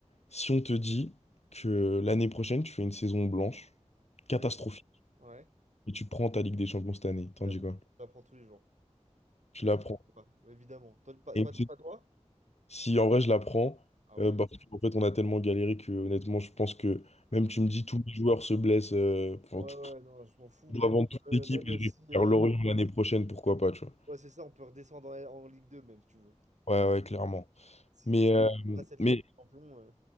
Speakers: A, on the left; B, on the right.
A: Si on te dit que l'année prochaine, tu fais une saison blanche, catastrophique,
B: et, ouais,
A: et tu prends ta Ligue des Champions cette année, t'en
B: évidemment.
A: dis quoi?
B: J'apprends tous les jours. Je
A: Tu
B: réfléchis
A: la prends.
B: pas, évidemment. Toi, pas,
A: Et
B: pas- pas toi?
A: Si en vrai je la prends,
B: Ah
A: euh,
B: ouais.
A: bah, parce qu'en fait on a tellement galéré que honnêtement je pense que même tu me dis tous les joueurs se blessent, euh, enfin,
B: Ouais,
A: tout,
B: ouais, non, je m'en fous.
A: on
B: Même,
A: doit vendre toute
B: euh,
A: l'équipe
B: même
A: et je
B: si.
A: vais
B: euh,
A: faire Lorient l'année prochaine, pourquoi pas, tu vois.
B: ouais, c'est ça, on peut redescendre en, en Ligue 2, même si tu veux.
A: Ouais, ouais, clairement.
B: Si
A: Mais,
B: on
A: euh,
B: on a cette
A: mais,
B: Ligue des Champions. euh,